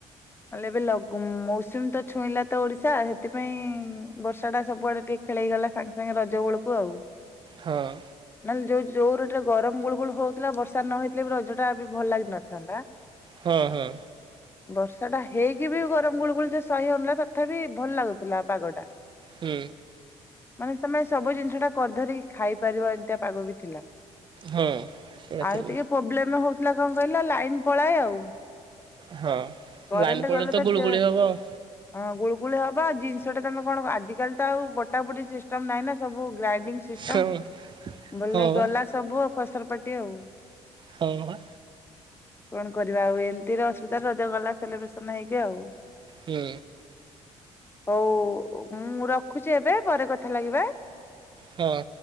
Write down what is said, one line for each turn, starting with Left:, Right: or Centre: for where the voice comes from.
Left: ନଲେ ଏବେ ଲୁ ମୌସୁମୀ ତ ଛୁଇଁଲା ତ ଓଡିଶା ସେଥିପାଇଁ ବର୍ଷା ଟା ସବୁଆଡେ ଟିକ ଖେଳ ହେ ଗଲା ସାଙ୍ଗେ ସାଙ୍ଗେ ରଜ ବେଳକୁ ଆଉ।
Right: ହଁ।
Left: ନହେଲେ ଯୋଉ ଯୋଉ ରୋଟ ଗରମ ଗୁଳ ଗୋଳ ହଉଥିଲା ବର୍ଷା ନ ହେେଇଥିଲେ ବି ରଜ ଟା ବି ଭଲ ଲାଗିିନଥାନ୍ତା। ହା <inaudible>
Right: ହଁ ହୁଁ।
Left: ବର୍ଷ ସେଟା ହେଇକି ବି ଗରମ ଗୁଳ ଗୋଳ ଯେ ସହି ହଉନଥିଲା ତଥାପି ଭଲ ଲାଗୁଥିଲା ପାଗଟା।
Right: ହୁଁ।
Left: ମାନେ ତମେ ସବୁ ଜିନିଷ ଟା କରି ଧରିକି ଖାଇପାରିବ ଏମିତିଆ ପାଗ ବି ଥିଲା।
Right: ହଁ ଶୁଣିଥିଲି
Left: ଆରେ ଟିକେ ପ୍ରୋବ୍ଲେମ ହଉଥିଲା କଣ କହିଲ ଲାଇନ ପଳାଏ ଆଉ।
Right: ହଁ
Left: କରେଣ୍ଟ
Right: ଲାଇନ୍ ପଳେଲେ
Left: ଗଲେ
Right: ତ ଗୁଳୁଗୁଳି
Left: ଯେ
Right: ହବ ଆଉ।
Left: ହଁ ଗୁଳୁଗୁଳି ହବ ଆ ଜିନିଷ ଟା ତମ କଣ ଆଜିକାଲି ତ ଆଉ ବଟା ବୁଟି ସିଷ୍ଟମ ନହିଁ ନା ସବୁ ଗ୍ରାଇଣ୍ଡିଙ୍ଗ ସିଷ୍ଟ
Right: ହଁ
Left: ମ୍ ବୋଲେ
Right: ହଁ ବା
Left: ଗଲା ସବୁ ଆ ଫସର ପାଟି ଆଉ।
Right: ହଁ ପା।
Left: କଣ କରିବା ଆଉ ଏମିତିରେ ଅସୁବିଧାରେ ରଜ ଗଲା ସେଲିବ୍ରେସନ ହେଇକି ଆଉ।
Right: ହୁଁ।
Left: ହଉ ମୁଁ ରଖୁଚି ଏବେ ପରେ କଥା ଲାଗିବା।
Right: ହଁ